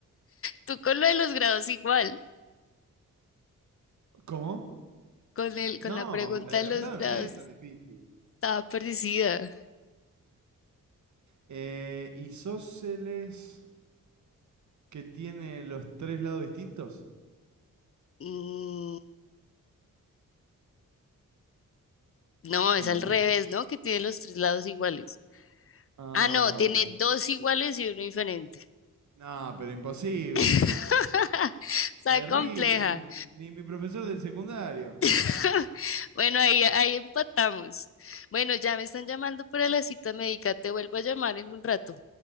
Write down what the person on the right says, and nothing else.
¿Cómo?
No,
la de
los
grados
no es tan difícil.
Eh, ¿isósceles que tiene los tres lados distintos?
No,
no.
Ah,
bueno.
No, pero imposible.
Terrible,
ni, ni mi profesor del secundario.